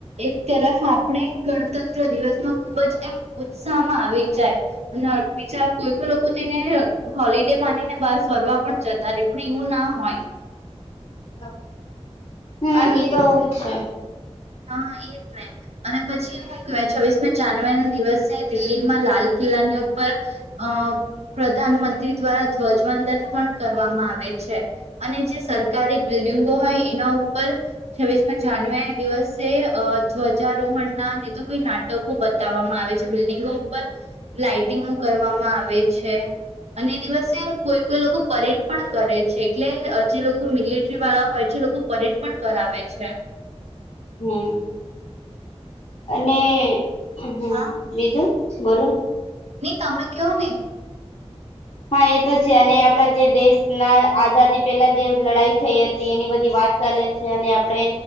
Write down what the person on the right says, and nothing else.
એક તરફ આપણે ગણતંત્ર દિવસમાં ખુબ જ એમ ઉત્સાહમાં આવી જાય અને બીજા કોઈ લોકો તેને હોલિડે માનીને બાર ફરવા પણ જતા રે પણ એવું ના હોય
અને
હા એ જ નહી અને પછી હું કવાય છવ્વીસમી જાન્યુઆરી ના દિવસે દિલ્હીમાં લાલ કિલ્લાની ઉપર અ પ્રધાનમંત્રી દ્વારા ધ્વજવંદન પણ કરવામાં આવે છે અને જે સરકારી બિલ્ડિંગો ભાઈ એના ઉપર છવ્વીસ માં જાન્યુઆરી દિવસ તે ધ્વજારોહણ ના ને તો કોઈ નાટકો બતાવવામાં આવે છે બિલ્ડિંગો ઉપર લાાઈટિંગો કરવામાં આવે છે અને દિવસે કોઈ કોઈ લોકો પરેડ પણ કરે છે એટલે જે લોકો મિલિ મીલેટરી વાળા હોય છે એ લોકો પરેડ પણ કરાવે છે.
હા
નહી તમે કેવને